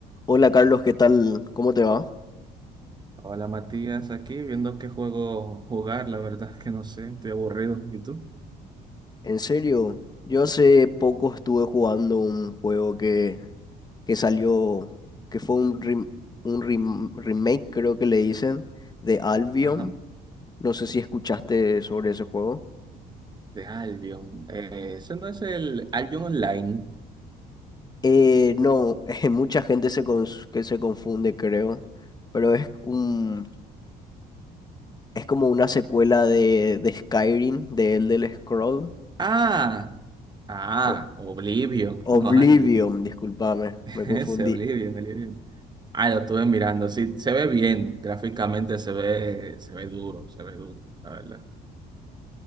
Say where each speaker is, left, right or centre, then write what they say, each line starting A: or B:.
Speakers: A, on the left (about 25°); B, on the right (about 25°).
A: Hola Carlos, ¿qué tal? ¿Cómo te va?
B: Hola Matías, aquí viendo qué juego jugar, la verdad es que no sé, estoy aburrido. ¿Y tú?
A: En serio, yo hace poco estuve jugando un juego que, que salió, que fue un, rem- un rem- remake, creo que le dicen, de Albion.
B: Ajá.
A: No sé si escuchaste sobre ese juego.
B: De Albion. Eh, ese no es el Albion Online.
A: Eh, no, <laughs> eh, mucha gente se cons- que se confunde, creo, pero es un, es como una secuela de, de Skyrim, de Elder Scroll,
B: Ah, ah,
A: o
B: Oblivion,
A: Oblivion,
B: <laughs> no Albion.
A: discúlpame,
B: <laughs>
A: me
B: Ese
A: confundí.
B: Oblivion, Oblivion. Ah, lo estuve mirando, sí, se ve bien, gráficamente se ve, se ve duro, se ve duro, la verdad.